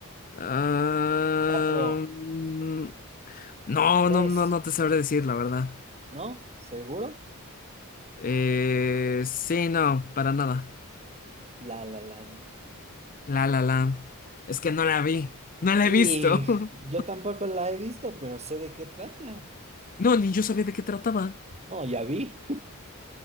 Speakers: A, on the left; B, on the right.
A: Ah,
B: cuatro,
A: mm, no,
B: tres.
A: no, no, no te sabré decir la verdad.
B: ¿No? ¿Seguro?
A: Eh, sí, no, para nada.
B: La La Land.
A: La La Land. Es que no la vi. No la
B: Y
A: he visto. <laughs>
B: yo tampoco la he visto, pero sé de qué trata.
A: No, ni yo sabía de qué trataba.
B: No, ya vi.